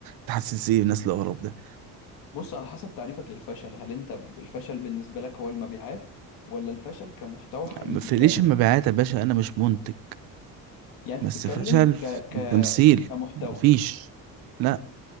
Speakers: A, on the right; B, on the left.
A: تحسس ايه ناس الاغراب ده
B: بص على حسب تعريفك للفشل هل انت الفشل بالنسبه لك هو المبيعات ولا الفشل كمحتوى حقيقي
A: مفيش
B: فعلا
A: مبيعات يا باشا انا مش منتج
B: يعني
A: بس
B: انت تتكلم
A: فشل في
B: ك ك
A: تمثيل
B: كمحتوى
A: مفيش لا